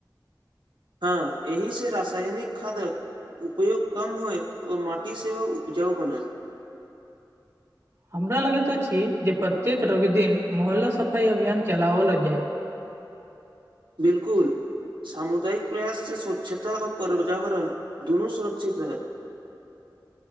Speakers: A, on the right; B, on the right.
A: हँ एहि से रसायनिक खादक उपयोग कम होयत ओ माटी सेहो उपजाउ बनत
B: हमरा लगेैत अछि जे प्रत्येक रवि दिन मोहल्ला सफाई अभियान चलावल जाय
A: बिल्कुल सामुदायिक प्रयाससँ स्वच्छता और पर्यावरण दुनू सुरक्षित रहत